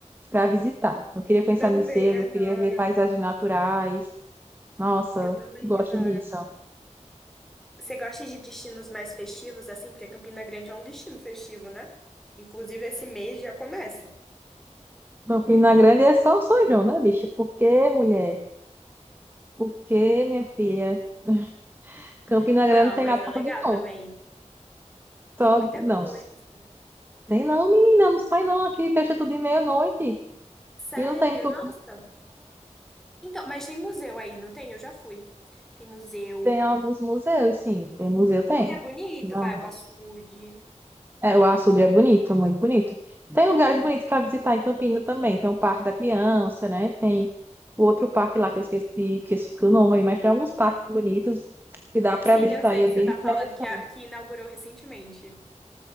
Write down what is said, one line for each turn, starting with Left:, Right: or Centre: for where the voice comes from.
Right: para visitar. Eu queria conhecer
Centre: Também
Right: museus,
Centre: adoro.
Right: eu queria ver paisagens naturais. Nossa,
Centre: Eu também
Right: eu gosto
Centre: adoro.
Right: disso.
Centre: Você gosta de destinos mais festivos, assim? Porque Campina Grande é um destino festivo, né? Inclusive, esse mês já começa.
Right: Campina Grande é só o São João, né, bicha? Por que, mulher? Por que, minha filha? <laughs> Campina
Centre: Não,
Right: Grande não tem
Centre: mas
Right: nada
Centre: é
Right: pra
Centre: legal
Right: fazer, não.
Centre: também.
Right: Só...
Centre: Tem muita
Right: Não,
Centre: coisa.
Right: tem não, menina, não sai não. Aqui fecha tudo de meia-noite.
Centre: Sério?
Right: E não tem tudo.
Centre: Nossa. Então, mas tem museu aí, não tem? Eu já fui. Tem museu.
Right: Tem alguns museus, sim. Tem museu, tem.
Centre: E é bonito,
Right: Nossa.
Centre: vai, o açude.
Right: É, o açude é bonito, muito bonito. Tem lugares bonitos para visitar em Campina também. Tem o Parque da Criança, né? Tem o outro parque lá que eu esqueci, que eu esqueci o nome, mas tem alguns parques bonitos que dá para
Centre: Sim,
Right: visitar
Centre: eu sei
Right: e é
Centre: que
Right: bem
Centre: você tá
Right: interessante.
Centre: falando que, a- que inaugurou recentemente,